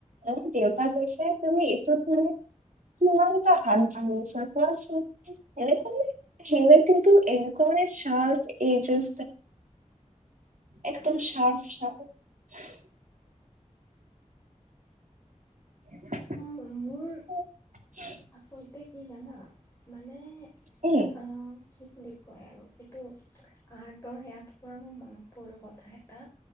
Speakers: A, on the right; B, on the left.
A: অম দেউতা কৈছে তুমি এইটোত মানে কিমান ত হাত ভাঙিছাৰ কোৱাচোন। এনে হেন ৰাইটিং এনেকা মানে চাৰ্ট এইজছ একদম চাৰফ চাৰফ <inaudible>
B: অ', মোৰ আচলতে কি জানা মানে
A: উম
B: আহ কি বুলি কয় আৰু এইটো আৰ্টৰ সেয়াটোৰ পৰা মোৰ মনত পৰিল কথাহে এটা